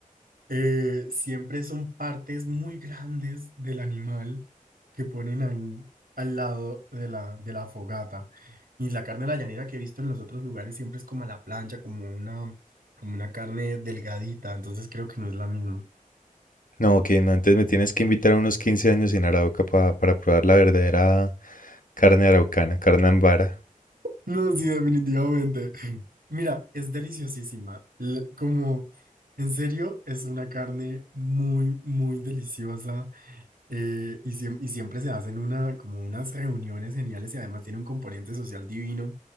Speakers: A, on the right; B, on the left.
A: eh, siempre son partes muy grandes del animal que ponen ahí al lado de la, de la fogata. Y la carne de la llanera que he visto en los otros lugares siempre es como a la plancha, como una, como una carne delgadita, entonces creo que no es la misma.
B: No, ok, no, entonces me tienes que invitar a unos 15 años en Arauca pa- para probar la verdadera carne araucana, carne ambara.
A: No, sí, definitivamente. Mira, es deliciosísima. L- Como, en serio, es una carne muy, muy deliciosa. eh, y, siem- y siempre se hacen una, como unas reuniones geniales y además tiene un componente social divino,